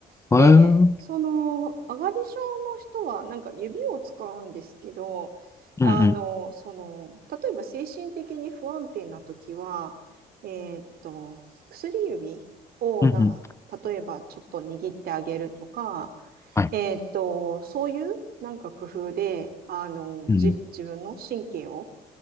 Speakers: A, on the right (about 65°); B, on the left (about 15°).
A: で、
B: うん。へえ。うん、
A: その上がり症の人はなんか指を使うんですけど、あの、
B: うん。
A: その、例えば精神的に不安定な時は、えーっと、薬指をな、
B: うん、うん。
A: 例えばちょっと握ってあげるとか、
B: はい。
A: えーっと、そういうなんか工夫で、あの、
B: うん。
A: じ、自分の神経を、